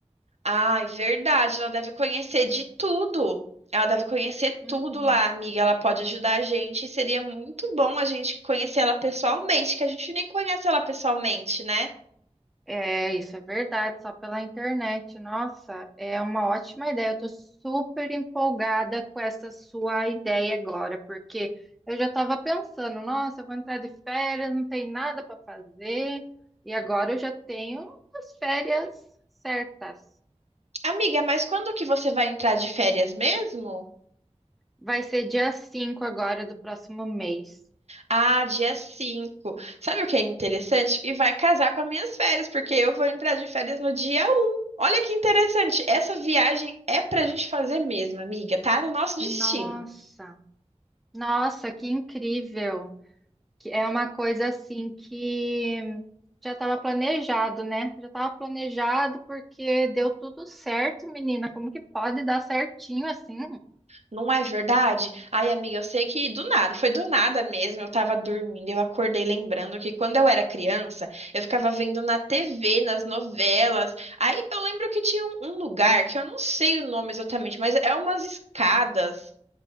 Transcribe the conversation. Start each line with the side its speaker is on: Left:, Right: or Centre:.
Right: Ai, verdade, ela deve conhecer de tudo. Ela deve conhecer
Centre: Uhum.
Right: tudo lá, amiga. Ela pode ajudar a gente. E seria muito bom a gente conhecer ela pessoalmente, que a gente nem conhece ela pessoalmente, né?
Centre: É, isso é verdade, só pela internet. Nossa, é uma ótima ideia. Eu tô super empolgada com essa sua ideia agora, porque eu já estava pensando, nossa, eu vou entrar de férias, não tem nada para fazer, e agora eu já tenho as férias certas.
Right: Amiga, mas quando que você vai entrar de férias mesmo?
Centre: Vai ser dia 5 agora do próximo mês.
Right: Ah, dia cinco Sabe o que é interessante? Que vai casar com as minhas férias, porque eu vou entrar de férias no dia um Olha que interessante. Essa viagem é pra gente fazer mesmo, amiga. Tá no nosso destino.
Centre: Nossa, nossa, que incrível! Que é uma coisa assim que já estava planejado, né? Já estava planejado porque deu tudo certo, menina. Como que pode dar certinho assim?
Right: Não é verdade? Ai, amiga, eu sei que do nada, foi do nada mesmo. Eu tava dormindo, eu acordei lembrando que quando eu era criança, eu ficava vendo na TV, nas novelas. Aí eu lembro que tinha um, um lugar que eu não sei o nome exatamente, mas é umas escadas.